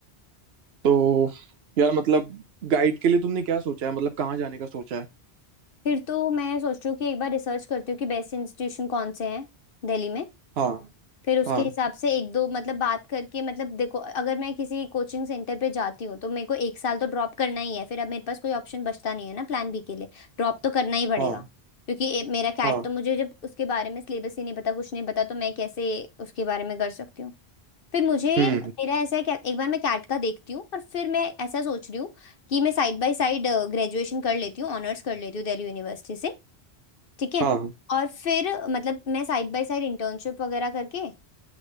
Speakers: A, on the right; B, on the left.
A: तो यार मतलब गाइड के लिए तुमने क्या सोचा है मतलब कहाँ जाने का सोचा है
B: फिर तो मैं सोच रही हूँ कि एक बार रिसर्च करती हूँ कि बेस्ट इंस्टीट्यूशन कौन से हैं दिल्ली में
A: हाँ
B: फिर उसके
A: हाँ
B: हिसाब से एक दो मतलब बात करके मतलब देखो अगर मैं किसी कोचिंग सेंटर पे जाती हूँ तो मेरे को एक साल तो ड्रॉप करना ही है फिर अब मेरे पास कोई ऑप्शन बचता नहीं है ना प्लान बी के लिए ड्रॉप तो करना ही पड़ेगा
A: हाँ
B: क्योंकि ए- मेरा कैट
A: हाँ
B: तो मुझे जब उसके बारे में सिलेबस ही नहीं पता कुछ नहीं पता तो मैं कैसे उसके बारे में कर सकती हूँ फिर मुझे
A: हम्म
B: मेरा ऐसा है कि एक बार मैं कैट का देखती हूँ और फिर मैं ऐसा सोच रही हूँ कि मैं साइड बाय साइड ग्रेजुएशन कर लेती हूँ ऑनर्स कर लेती हूँ दिल्ली यूनिवर्सिटी से ठीक है
A: हाँ
B: और फिर मतलब मैं साइड बाय साइड इंटर्नशिप वगैरह करके